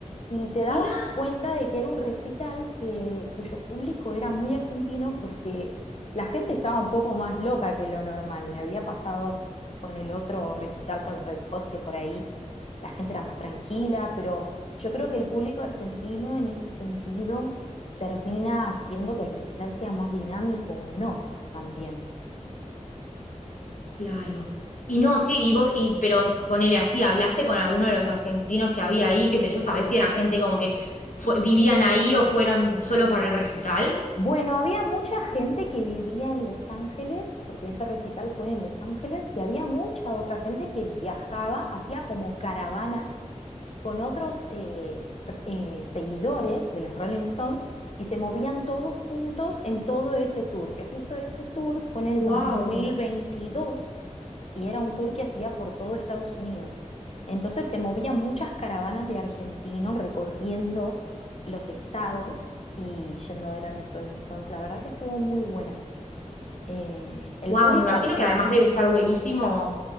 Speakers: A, on the left; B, on the left.
A: y te dabas
B: Mirá,
A: cuenta de que era un recital que, cuyo público era muy argentino porque la gente estaba un poco más loca que lo normal. Me había pasado con el otro recital, con los Red Hot, que por ahí la gente era más tranquila, pero yo creo que el público argentino en ese sentido termina haciendo que el recital sea más dinámico o no también.
B: claro. Y no, sí, y vos, y, pero ponele así, ¿hablaste con alguno de los argentinos que había ahí? Qué sé yo, ¿sabés
A: Sí.
B: si era gente como que fue- vivían ahí o fueron solo para el recital?
A: Bueno, había mucha gente que vivía en Los Ángeles, porque ese recital fue en Los Ángeles, y había mucha otra gente que viajaba, hacía como caravanas con otros eh, r- eh, seguidores de los Rolling Stones y se movían todos juntos en todo ese tour, que justo ese tour fue en el
B: Wow,
A: dos mil veintidós y era un tour que hacía por todo Estados Unidos. Entonces se movían muchas caravanas de argentinos recorriendo los estados y yendo a ver a los Rolling Stones. La verdad que estuvo muy bueno. Eh, el
B: wow,
A: público
B: me imagino
A: argentino,
B: que además debe estar buenísimo